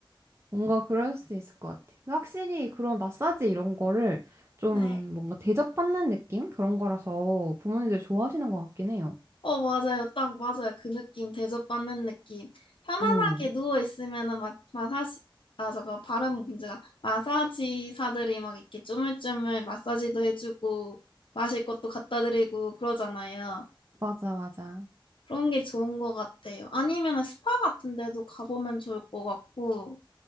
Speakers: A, on the right; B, on the left.
A: 뭔가 그럴 수도 있을 것 같아. 근데 확실히 그런 마사지 이런 거를 좀
B: 네.
A: 뭔가 대접받는 느낌? 그런 거라서 부모님들 좋아하시는 것 같긴 해요.
B: 어, 맞아요. 딱 맞아요. 그 느낌, 대접받는 느낌. 편안하게
A: 응,
B: 누워있으면은 막, 마사지, 아, 저거, 발음 문제가. 마사지사들이 막 이렇게 쪼물쪼물 마사지도 해주고, 마실 것도 갖다 드리고 그러잖아요.
A: 맞아, 맞아.
B: 그런 게 좋은 것 같아요. 아니면은 스파 같은 데도 가보면 좋을 것 같고.